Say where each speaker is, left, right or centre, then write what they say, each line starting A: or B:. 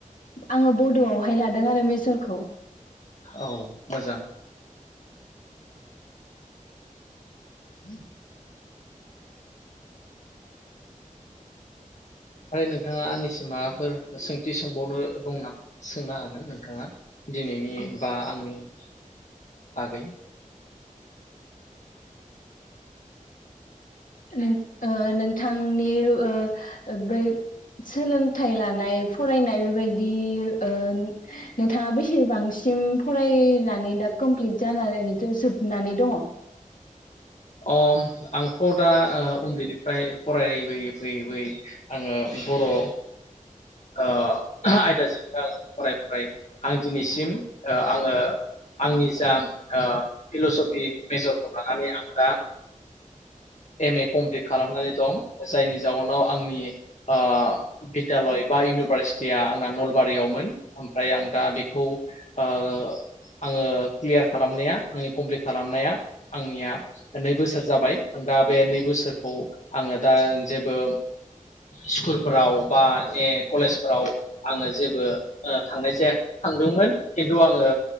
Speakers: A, on the left; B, on the left.
A: आङो बड' आवहाय लादोंआरो मेजरखौ।
B: ओव मोजां।
A: <inaudible>
B: ओइ नोंथाङा आंनिसिम माबाफोर सोंथि सोंबावनो दंनामा सोंनो हागोन नोंथाङा। दिनैनि
A: औ
B: बा आंनि नआव आगै
A: नों ओह नोंथांनि ओह बै सोलोंथाइ लानाय फरायनाय बेबायदि ओह नोंथाङा बेसेबांसिम फरायनानै दा कमप्लिट जानानै दो जोबनानै दङ।
B: अम आंथ दा ओह उन्दैनिफ्राय फरायबोयै बोयै बोयै आङो बर' ओह आइदा जिनिफ्रय आङो फरायै फरायै आंदिनिसिम ओह आङो आंनि जा ओह फिलसफि मेजरखौ लानानै आं दा एम ए कप्लित खालामनानै दं जायनि जाउनाव आंनि ओह बिद्दालय बा इउनिभारसिटिया आंना नलबारियावमोन ओमफ्राय आं दा बेखौ ओ आंङो क्लियार खालामनाया आंनि कमप्लिट खालामनाया आंनिया नै बोसोर जाबाय आं दा बे नै बोसोरखौ आंङो दा जेबो स्कुलफोराव बा ए कलेजफोराव आंङो जेबो ओ थांनाय जायाखै थांदोंमोन खिन्थु आंङो